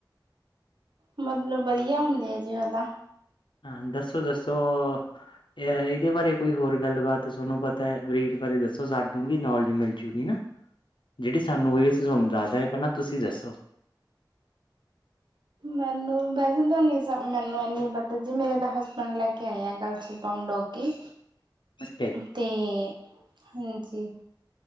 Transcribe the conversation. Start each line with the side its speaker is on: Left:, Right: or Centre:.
Right: ਮਤਲਬ ਵਧੀਆ ਹੁੰਦੇ ਆ ਜੀ ਉਹਦਾ
Left: ਹਾਂ ਦੱਸੋ ਦੱਸੋ ਅ ਇਹਦੇ ਬਾਰੇ ਕੋਈ ਹੋਰ ਗੱਲਬਾਤ ਸੋਨੂੰ ਪਤਾ ਬਰੀਡ ਬਾਰੇ ਦੱਸੋ ਸਾਨੂੰ ਵੀ ਨੌਲੇਜ ਮਿਲਜੂਗੀ ਨਾ ਜਿਹੜੀ ਸਾਨੂੰ ਹੋਈ ਅਸੀ ਤੁਹਾਨੂੰ ਦੱਸਦਾ, ਪਹਿਲਾਂ ਤੁਸੀਂ ਦੱਸੋ
Right: ਮੈਨੂੰ ਵੈਸੇ ਤੁਨ ਮੈਨੂੰ ਇਨੀ ਪਤਾ ਜੀ ਮੇਰੇ ਤਾਂ ਹਸਬੈਂਡ ਲੈ ਕੇ ਆਏ ਆ ਗੱਲ ਛੇ ਪਮ ਡੋਗੀ
Left: ਅੱਛਾ ਜੀ
Right: ਤੇ ਹਾਂਜੀ